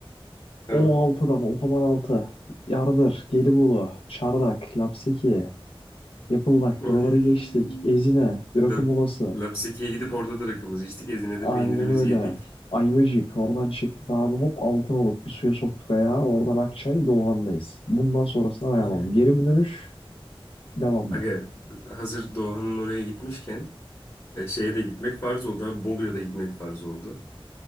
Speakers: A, on the left; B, on the left.
A: Tamam.
B: O6'dan otoban 6, Yardır, Gelibolu, Çardak, Lapseki, Yapıldak
A: Oy.
B: buraları geçtik. Ezine, Birakı
A: Lab,
B: Molası.
A: Lapseki'ye gidip orada da rakımızı içtik. Ezine'de
B: Aynen
A: peynirimizi
B: öyle.
A: yedik.
B: Ayvacık. Oradan çıktık abi. Hop altın olup bir suya soktuk ayağı. Oradan Akçay Doğan'dayız. Bundan sonrasına
A: Oy.
B: ne yapalım? Geri mi dönüş? Devam mı?
A: Aga hazır Doğan'ın oraya gitmişken e, şeye de gitmek farz oldu. Abi, Bolu'ya da gitmek farz oldu.